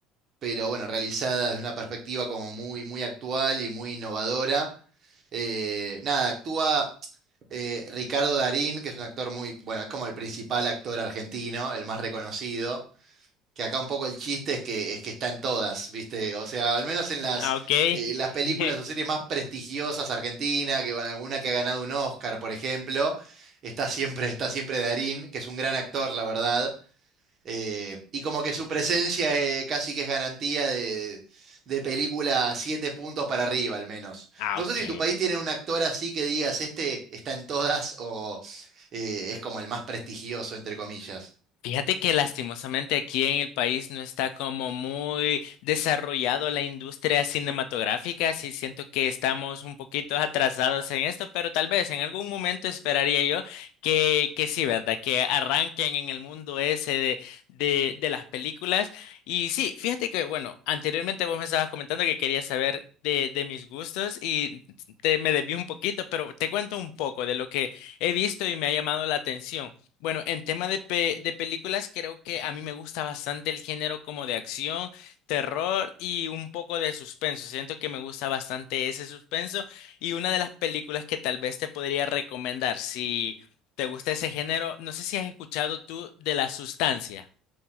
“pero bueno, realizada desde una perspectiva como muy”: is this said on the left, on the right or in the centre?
Right